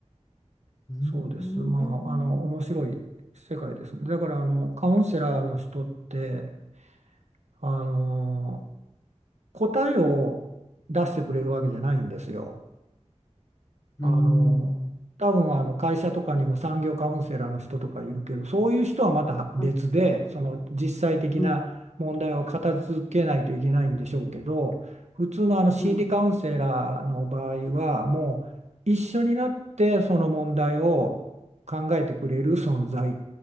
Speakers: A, on the left; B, on the right.
A: うん。
B: そうです。まあ、あの、面白い世界ですね。だから、あの、カウンセラーの人って、あの、答えを出してくれるわけじゃないんですよ。
A: うん。
B: あの多分あの会社とかにも産業カウンセラーの人とかいるけどそういう人はまた別でその実際的な問題を片付けないといけないんでしょうけど普通のあの心理カウンセラーの場合はもう一緒になってその問題を考えてくれる存在
A: うん。うん。